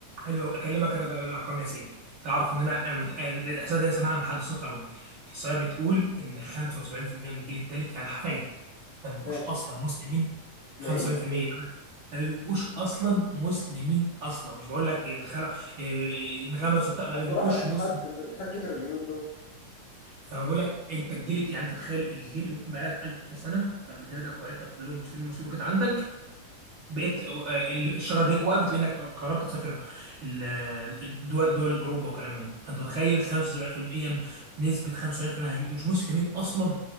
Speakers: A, on the right; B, on the left.
A: حلو قوي اكلمك انا بقى بالارقام يا سيدي تعرف
B: م.
A: ان انا انا مت... أنا الاحصائيه دي سامعها من حد ثقه قوي الاحصائيه بتقول ان 75% من الجيل الثالث يعني حفايده ما بيبقوش
B: ماشي
A: اصلا مسلمين
B: ما
A: 75%
B: ايه
A: فأنا- ما بيبقوش اصلا مسلمين اصلا مش بقول لك انخل- إيه، انغمسوا بتاع ما
B: بصراحه
A: بيبقوش
B: الالحاد
A: مسلمين
B: الالحاد كتر اليومين دول
A: فما بقول لك انت الجيل يعني انت تخيل الجيل بقالك 1000 سنه اجدادك وعيلتك كلهم مسلمين مسلمين كده عندك بقيت آه، ال- الشجره دي وقفت لانك قررت تسافر ال- دول دول اوروبا وكلام من ده فانت متخيل 75% من- نسبه 75% هي مش مسلمين اصلا